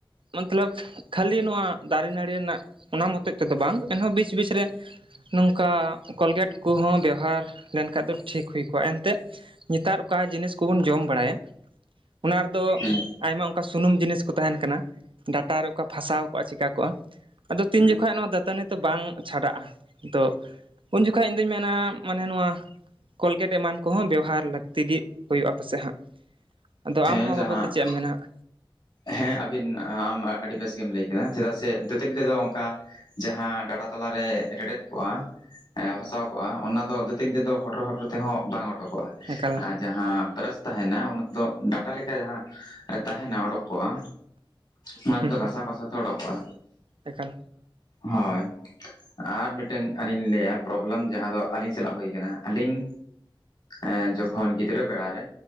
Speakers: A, on the right; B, on the left.
A: ᱢᱚᱛᱞᱟᱵᱽ ᱠᱷᱟᱹᱞᱤ ᱱᱚᱣᱟ ᱫᱟᱨᱮ ᱱᱟᱹᱲᱤ ᱨᱮᱱᱟᱜ ᱚᱱᱟ ᱢᱚᱛᱚᱡ ᱛᱮᱫᱚ ᱵᱟᱝ ᱮᱱᱦᱚᱸ ᱵᱤᱪ-ᱵᱤᱪ ᱨᱮᱼᱼ ᱱᱚᱝᱠᱟ ᱠᱚᱞᱜᱮᱴ ᱠᱚᱦᱚᱸ ᱵᱮᱣᱦᱟᱨ ᱞᱮᱱᱠᱟᱱᱡ ᱫᱚ ᱴᱷᱤᱠ ᱦᱩᱭ ᱠᱚᱜ-ᱟ, ᱮᱱᱛᱮᱫᱼᱼ ᱱᱮᱛᱟᱨ ᱚᱠᱟ ᱡᱤᱱᱤᱥ ᱠᱚᱵᱚᱱ ᱡᱚᱢ ᱵᱟᱲᱟᱭᱟ ᱚᱱᱟ ᱨᱮᱫᱚᱼᱼ
B: ᱦᱩᱸ
A: ᱟᱭᱢᱟ ᱚᱱᱠᱟ ᱥᱩᱱᱩᱢ ᱡᱤᱱᱤᱥ ᱠᱚ ᱛᱟᱦᱮᱸᱱ ᱠᱟᱱᱟ ᱰᱟᱴᱟ ᱨᱮ ᱚᱠᱟ ᱯᱷᱟᱥᱟᱣ ᱠᱚᱜ-ᱟ ᱪᱤᱠᱟ ᱠᱚᱜ-ᱟ᱾ ᱟᱫᱚ ᱛᱤᱱ
B: ᱦᱩᱸ
A: ᱡᱚᱠᱷᱟᱡ ᱱᱚᱣᱟ ᱫᱟᱹᱛᱟᱹᱱᱤ ᱛᱮ ᱵᱟᱝ ᱪᱷᱟᱰᱟᱜ-ᱟ᱾ ᱫᱚ ᱩᱱ ᱡᱚᱠᱷᱟᱡ ᱤᱧᱫᱩᱧ ᱢᱮᱱᱟ ᱢᱟᱱᱮ ᱱᱚᱣᱟ ᱠᱚᱞᱜᱮᱴ ᱮᱢᱟᱱᱼᱼ ᱠᱚᱦᱚᱸ ᱵᱮᱣᱦᱟᱨ ᱞᱟᱹᱠᱛᱤ ᱜᱤ ᱦᱩᱭᱩᱜ-ᱟ ᱯᱟᱥᱮᱡ ᱦᱟᱸᱜ ᱟᱫᱚ
B: ᱦᱮᱸ
A: ᱟᱢ ᱱᱚᱣᱟ
B: ᱡᱟᱦᱟᱸ
A: ᱵᱟᱵᱚᱫ ᱛᱮ ᱪᱮᱫ ᱮᱢ ᱢᱮᱱᱟ ᱦᱟᱸᱜ?
B: ᱦᱮᱸ ᱟᱵᱤᱱ ᱟᱢ ᱟᱹᱰᱤ ᱵᱮᱥ ᱜᱮᱢ ᱞᱟᱹᱭ ᱠᱮᱫᱟ ᱪᱮᱫᱟᱜ ᱥᱮ ᱫᱟᱹᱛᱟᱹᱱᱤ ᱛᱮᱫᱚ ᱚᱱᱠᱟᱼᱼ ᱡᱟᱦᱟᱸ ᱰᱟᱰᱟ ᱛᱟᱞᱟᱨᱮ ᱨᱮᱰᱮᱫ ᱠᱚᱜ-ᱟ᱾ ᱯᱷᱟᱥᱟᱣ ᱠᱚᱜ-ᱟ ᱚᱱᱟ ᱫᱚ ᱫᱟᱹᱛᱟᱹᱱᱤ ᱛᱮᱫᱚ ᱦᱚᱴᱚᱨ-ᱦᱚᱴᱚᱨ ᱛᱮᱦᱚᱸ ᱵᱟᱝ ᱚᱰᱚᱠᱚᱜ-ᱟ᱾
A: ᱮᱠᱟᱞ
B: ᱟᱨ ᱡᱟᱦᱟᱸ ᱵᱨᱟᱥ ᱛᱟᱦᱮᱸᱱᱟ ᱚᱱᱟ ᱫᱚ ᱰᱟᱴᱟ ᱞᱮᱠᱟ ᱡᱟᱦᱟᱸ ᱛᱟᱦᱮᱸᱱᱟ ᱚᱰᱚᱠᱼᱼ ᱠᱚᱜᱼᱟ ᱱᱚᱣᱟ
A: ᱦᱩᱸ
B: ᱛᱮᱫᱚ
A: ᱦᱩᱸ
B: ᱜᱷᱟᱥᱟᱣ-ᱜᱷᱟᱥᱟᱣ ᱛᱮ ᱚᱰᱚᱠᱚᱜ-ᱟ᱾
A: ᱮᱠᱟᱞ
B: ᱦᱳᱭ ᱟᱨ ᱢᱤᱫᱴᱹᱟᱝ ᱟᱹᱞᱤᱧ ᱞᱤᱧ ᱞᱟᱹᱭᱟ ᱯᱨᱚᱵᱞᱮᱢ ᱡᱟᱦᱟᱸ ᱫᱚ ᱟᱹᱞᱤᱧ ᱥᱟᱞᱟᱜ ᱦᱩᱭ ᱟᱠᱟᱱᱟ ᱟᱹᱞᱤᱧᱼᱼ ᱮᱸ ᱡᱚᱠᱷᱚᱱ ᱜᱤᱫᱽᱨᱟᱹ ᱵᱮᱲᱟᱨᱮ